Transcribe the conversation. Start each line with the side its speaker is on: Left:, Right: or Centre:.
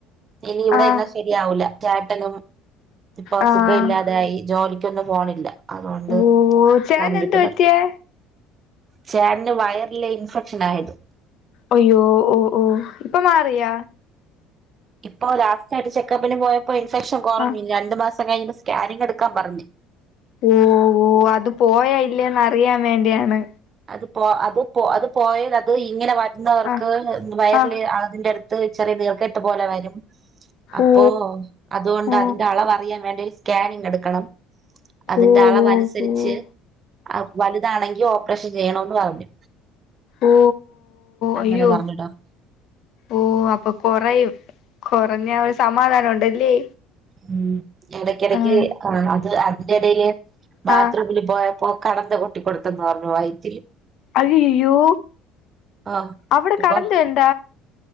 Right: ഇനി ഇവിടെ
Left: ആഹ്
Right: നിന്ന ശരിയാവൂല ചേട്ടനും ഇപ്പൊ
Left: ആഹ്
Right: സുഖം ഇല്ലാതായി ജോലിക്കൊന്നും പോണില്ല അതുകൊണ്ട്
Left: ഓ ചേട്ടന്
Right: കമ്പ്യൂട്ടർ
Left: എന്ത് പറ്റിയേ
Right: പഠിക്ക ചേട്ടന്റെ വയറിലെ ഇൻഫെക്ഷൻ ആയത്
Left: അയ്യോ ഓ ഓ ഇപ്പൊ മാറിയ
Right: ഇപ്പോ ലാസ്റ്റ് ആയിട്ട് ചെക്കപ്പിന് പോയപ്പോ ഇൻഫെക്ഷൻ കുറഞ്ഞില്ല
Left: ആഹ്
Right: രണ്ട് മാസം കഴിയുമ്പോ സ്കാനിങ് എടുക്കാൻ പറഞ്
Left: ഓ ഓ അത് പോയ ഇല്ലേന്ന് അറിയാൻ വേണ്ടിയാണ്
Right: അത് പോ അത് പോ അത് പോയാൽ അത് ഇങ്ങനെ വരുന്നവർക്ക്
Left: ആഹ്
Right: വയറില്
Left: ആഹ്
Right: അതിന്റെ അടുത്ത് ഇത്‌ ചെറിയ നീർക്കെട്ട് പോലെ വരും അപ്പോ
Left: ഓ
Right: അതുകൊണ്ട്
Left: ഓ
Right: അതിന്റെ അളവ് അറിയാൻ വേണ്ടി സ്കാനിങ് എടുക്കണം അതിന്റെ
Left: ഓ
Right: അളവനുസരിച്ച്
Left: ഓ ഓ
Right: ആഹ് വലു ഇതാണെങ്കിൽ ഓപ്പറേഷൻ ചെയണോന്ന് പറഞ്ഞു
Left: ഓ
Right: അങ്ങനെ
Left: അയ്യോ
Right: പറഞ്ഞു
Left: ഓ അപ്പൊ കൊറയും കുറഞ്ഞ ഒരു സമാധാനം ഉണ്ടല്ലേ
Right: ഉം ഇടക്കിടക്ക്
Left: ആഹ്
Right: ആഹ് അത് അതിന്റെ ഇടയില് ബാത്റൂം
Left: ആഹ്
Right: ഇവര് പോയപ്പോ കടന്ത്‌ കൂട്ടി കൊടുത്തെന്ന് പറഞ്ഞു വൈറ്റില്
Left: അയ്യയയ്യോ
Right: ആഹ്
Left: അവിടെ കടന്ത ഇണ്ട